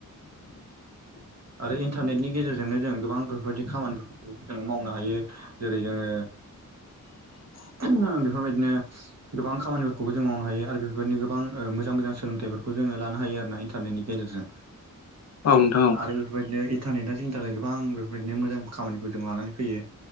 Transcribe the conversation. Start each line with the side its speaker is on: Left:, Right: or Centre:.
Right: आरो इन्टारनेटनि गेजेरजोंनो जों गोबां बेफोरबायदि खामानिफोरखौ जों मावनो हायो जेरै जोङो
Left: <inaudible>
Right: बेफोरबायदिनो गोबां खामानिफोरखौबो जों मावनो हायो आरो बेफोरबायदिनो गोबां मोजां मोजां सोलोंथाइफोरखौ जोङो लानो हायो आरोना इन्टारनेनि गेजेरजों
Left: औ नोंथां औ
Right: दा बेफोरबायदिनो इन्टारनेटा जोंनि थाखाय गोबां बेफोरबायदिनो मोजां खामानिखौ जोंनो लानानै फैयो